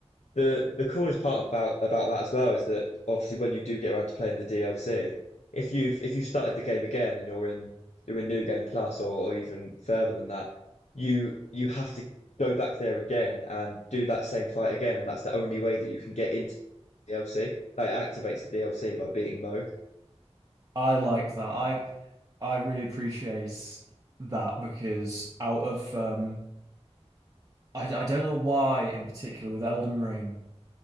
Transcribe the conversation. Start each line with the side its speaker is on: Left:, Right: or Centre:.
Left: The the coolest part about about that as well is that obviously when you do get around to playing the DLC, if you've if you've started the game again and you're in you're in New Game Plus or, or even further than that, you you have to go back there again and do that same fight again, and that's the only way that you can get into DLC. Like it activates the DLC by beating Moog.
Right: I like that. I, I really appreciate that because out of um, I, I don't know why in particular with Elden Ring,